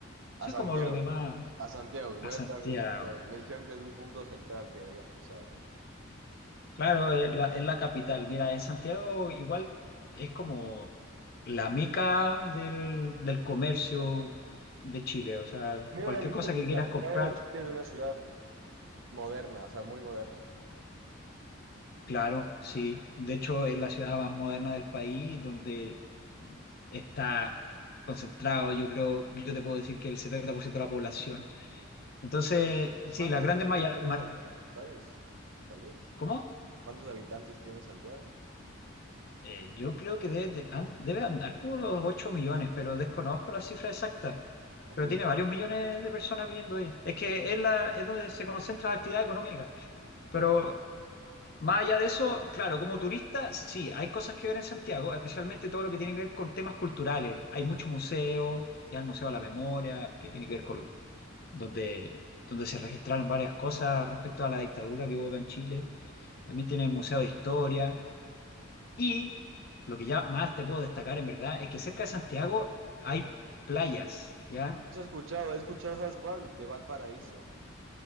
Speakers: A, on the right; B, on the left.
A: A
B: Eso
A: Santiago.
B: es como lo que más
A: A Santiago, voy
B: a Santiago.
A: a estar en Santiago. Me dijeron que es un punto central que debería empezar ahí.
B: Claro, es la, es la capital. Mira, en Santiago igual es como la meca del, del comercio de Chile. O sea,
A: Me
B: cualquier
A: habían dicho
B: cosa
A: que
B: que quieras
A: Santiago
B: comprar,
A: de Chile es una ciudad moderna, o sea, muy moderna.
B: claro, sí. De hecho, es la ciudad más moderna del país, donde está concentrado, yo creo, yo te puedo decir que el 70% de la población. Entonces, sí,
A: ¿Cuántos
B: las grandes
A: habitantes
B: maravillas.
A: tiene Santiago? ¿Sabes? Tal vez.
B: ¿Cómo?
A: ¿Cuántos habitantes tiene Santiago?
B: Eh, yo creo que debe, de- an- debe andar con los 8 millones, pero desconozco la cifra exacta.
A: Ah,
B: Pero
A: pero
B: tiene
A: es-
B: varios millones de personas viviendo ahí. Es que es, la, es donde se concentra la actividad económica. Pero más allá de eso, claro, como turista, sí, hay cosas que ver en Santiago, especialmente todo lo que tiene que ver con temas culturales. Hay mucho museo, ya el Museo de la Memoria, que tiene que ver con donde, donde se registraron varias cosas respecto a la dictadura que hubo acá en Chile. También tiene el Museo de Historia. Y lo que ya más te puedo destacar, en verdad, es que cerca de Santiago hay playas, ¿ya?
A: Eso he escuchado, he escuchado, ¿sabes cuál? De Valparaíso.